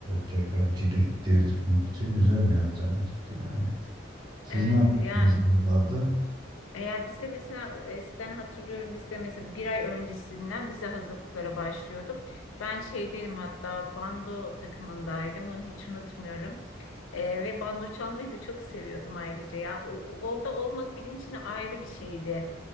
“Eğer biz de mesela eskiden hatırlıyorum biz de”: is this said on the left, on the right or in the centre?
Left